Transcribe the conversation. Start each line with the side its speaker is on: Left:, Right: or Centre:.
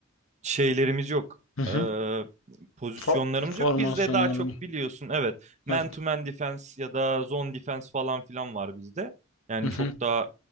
Right: şeylerimiz yok.
Left: Hı hı.
Right: Ee, pozisyonlarımız
Left: Fo- formasyonları.
Right: yok. Bizde daha çok biliyorsun evet man
Left: Evet.
Right: to man defense ya da zone defense falan filan var bizde. Yani
Left: Hı hı.
Right: çok daha